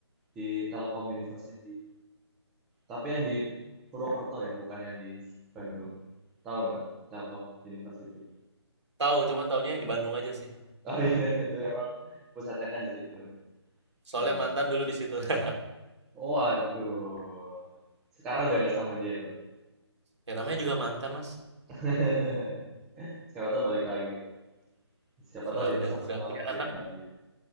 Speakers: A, in the centre; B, on the right.
A: di Telkom University. Tapi yang di Purwokerto ya, bukan yang di Bandung. Tahu nggak? Telkom University.
B: Tahu, cuman taunya yang di Bandung aja sih.
A: Oh iya, <laughs> itu emang pusatnya kan di situ ya.
B: Soalnya
A: Iya.
B: mantan dulu di situ. <laughs>
A: Oh, aduh. Sekarang udah nggak sama dia berarti
B: Ya namanya juga mantan, Mas.
A: ya. <laughs> Siapa tahu balik lagi ya. Siapa
B: Enggak
A: tahu dipersatukan
B: udah, udah
A: oleh
B: punya
A: game
B: anak,
A: lagi ya.